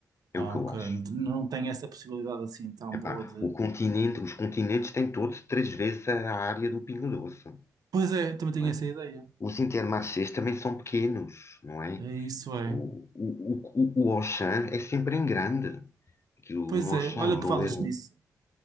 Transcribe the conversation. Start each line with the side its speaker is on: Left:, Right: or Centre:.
Right: Ah,
Left: É o que eu
Right: ok.
Left: acho.
Right: Não te- não tenho essa possibilidade assim tão
Left: Epá,
Right: boa de.
Left: o continente, os continentes têm todos três vezes a área do Pingo Doce.
Right: Pois é, também tenho
Left: não é?
Right: essa ideia.
Left: Os Intermarchés também são pequenos, não é?
Right: É isso, é.
Left: O, o, o, o Auchan é sempre em grande. Aquilo,
Right: Pois
Left: um Auchan,
Right: é, olha
Left: onde
Right: que falas
Left: houver um,
Right: nisso.